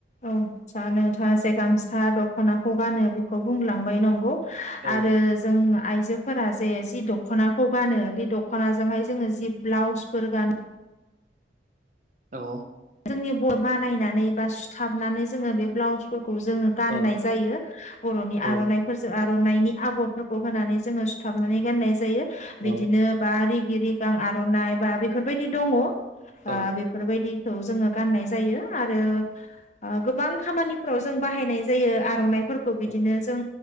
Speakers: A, on the left; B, on the right.
A: औ जा नोंथाङा जे गामसा दखनाखौ गानो बेखौ बुंलांबाय नंगौ
B: औ
A: आरो जोंङा आइजोफोरा जे जि दखनाखौ गानो बे दखनाजोंहाय जोङो जि ब्लाउसफोर गानो
B: औ
A: जोंनि ब बानायनानै बा सुथाबनानै जोङो बे ब्लाउसफोर खौ जोङो गाननाय
B: औ
A: जायो बर'नि
B: औ
A: आर'नाइफोरजों आरो आर'नायनि‌ आगरफोरखौ होनानै जोङो‌ सुथाबनानै गाननाय जायो
B: औ
A: बिदिनो बा रि गि रिगां आर'नाइ बा बेफोरबायदि दङ
B: औ
A: आ बेफोरबायदि खौ जोङो गाननाय जायो आरो ओ गोबां खामानिफ्राव जों बाहायनाय जायो आर'नाइफोर फोरखौ बिदिनो
B: औ
A: जों